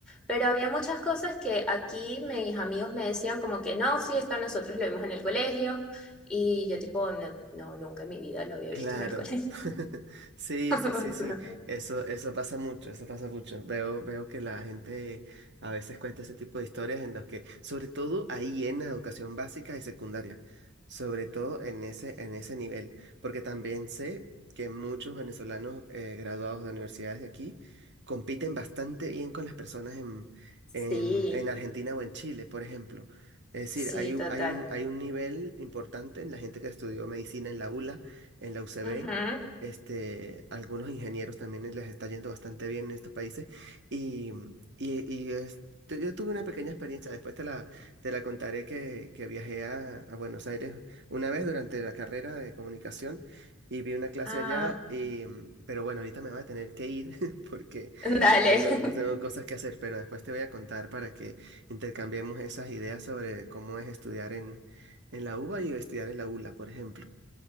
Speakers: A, in the centre; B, on the right.
A: pero había muchas cosas que aquí mis amigos me decían como que no, sí, esto nosotros lo vimos en el colegio, y yo tipo, no, no, nunca en mi vida lo había
B: Claro.
A: visto en el colegio.
B: <laughs> Sí,
A: <laughs> O
B: sí, sí,
A: sea,
B: sí. Eso, eso pasa mucho, eso pasa mucho. Veo, veo que la gente a veces cuenta ese tipo de historias en las que, sobre todo ahí en la educación básica y secundaria, sobre todo en ese, en ese nivel, porque también sé que muchos venezolanos eh, graduados de universidades de aquí compiten bastante bien con las personas en, en,
A: sí,
B: en Argentina o en Chile, por ejemplo. Es decir,
A: sí,
B: hay, un-
A: total.
B: hay un hay un nivel importante en la gente que estudió medicina en la ULA en la UCB.
A: Ujú.
B: Este, algunos ingenieros también les está yendo bastante bien en estos países. Y, y, y este, yo tuve una pequeña experiencia, después te la, te la contaré que, que viajé a, a Buenos Aires una vez durante la carrera de comunicación y vi una clase
A: Ah,
B: allá. Y, mm, pero bueno, ahorita me voy a tener que ir <laughs> porque
A: dale,
B: tengo, tengo
A: <laughs>
B: cosas que hacer, pero después te voy a contar para que intercambiemos esas ideas sobre cómo es estudiar en, en la UBA y estudiar en la ULA, por ejemplo.